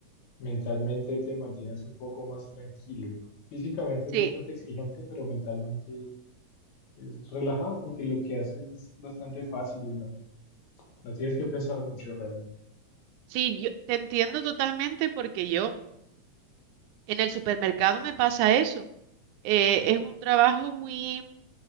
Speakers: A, on the left; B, on the right.
A: mentalmente te mantienes un poco más tranquilo. Físicamente es
B: Sí,
A: bastante exigente, pero mentalmente es relajado porque lo que haces es bastante fácil y no, no tienes que pensar mucho realmente.
B: sí, yo te entiendo totalmente porque yo En el supermercado me pasa eso. Eh, es un trabajo muy,